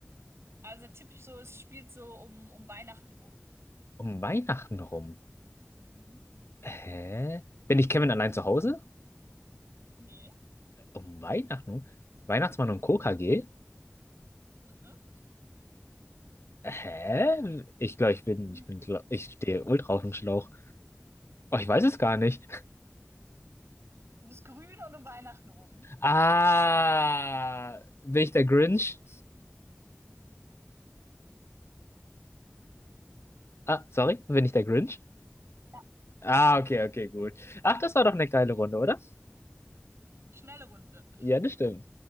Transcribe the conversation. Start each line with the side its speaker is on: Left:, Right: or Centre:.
Right: Also der Tipp so, es spielt so um, um Weihnachten rum.
Left: Um Weihnachten rum.
Right: Mhm.
Left: Hä? Bin ich Kevin allein zu Hause?
Right: Nee.
Left: Um Weihnachten? Weihnachtsmann und Coca-G?
Right: Mhm.
Left: Hä? Ich glaube, ich bin,
Right: Grün.
Left: ich bin, gl- ich stehe ultra auf dem Schlauch. Oh, ich weiß es gar nicht.
Right: Du bist grün und um Weihnachten rum.
Left: Ah, bin ich der Grinch? Ah, sorry, bin ich der Grinch?
Right: Ja.
Left: Ah,
Right: Bist du.
Left: okay, okay, gut. Ach, das war doch eine geile Runde, oder?
Right: Schnelle Runde.
Left: Ja, das stimmt.